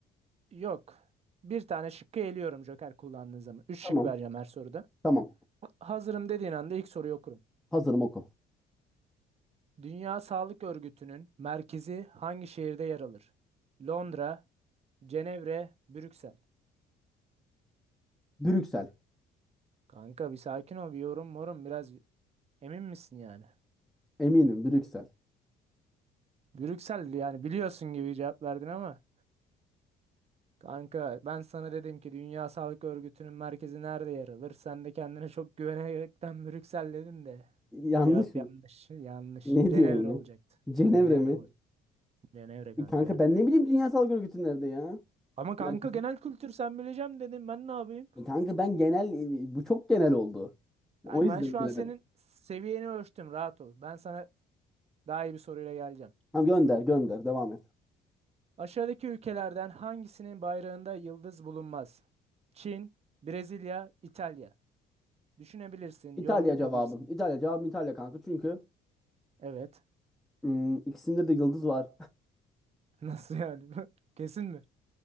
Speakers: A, on the right; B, in the centre.
A: yok. Bir tane şıkkı eliyorum joker kullandığın zaman. Üç
B: Tamam.
A: şık vereceğim her soruda.
B: Tamam.
A: Ha- Hazırım dediğin anda ilk soruyu okurum.
B: Hazırım oku.
A: Dünya Sağlık Örgütü'nün merkezi hangi şehirde yer alır? Londra, Cenevre, Brüksel.
B: Brüksel.
A: Kanka bir sakin ol, bir yorum morum biraz emin misin yani?
B: Eminim Brüksel.
A: Brüksel yani biliyorsun gibi cevap verdin ama. Kanka ben sana dedim ki Dünya Sağlık Örgütü'nün merkezi nerede yer alır? Sen de kendine çok güvenerekten Brüksel dedin <laughs> de.
B: Yanlış
A: Cevap
B: mı?
A: yanlış. Yanlış.
B: Ne
A: Cenevre
B: diyorsun ya?
A: olacaktı.
B: Cenevre
A: Cenevre
B: mi?
A: olacak. Cenevre kanka.
B: E kanka ben ne bileyim Dünya Sağlık Örgütü nerede ya?
A: Ama kanka
B: Merkezi.
A: genel kültür sen bileceğim dedim. Ben ne yapayım?
B: E kanka ben genel e, bu çok genel oldu.
A: Kanka
B: O yüzden
A: ben şu
B: bilemedim.
A: an senin seviyeni ölçtüm. Rahat ol. Ben sana daha iyi bir soruyla geleceğim.
B: Tamam gönder gönder devam et.
A: Aşağıdaki ülkelerden hangisinin bayrağında yıldız bulunmaz? Çin, Brezilya, İtalya. Düşünebilirsin,
B: İtalya
A: yorum yapabilirsin.
B: cevabım. İtalya cevabım İtalya kanka çünkü
A: Evet.
B: hmm, ikisinde de yıldız var.
A: <laughs> Nasıl yani? <laughs> Kesin mi?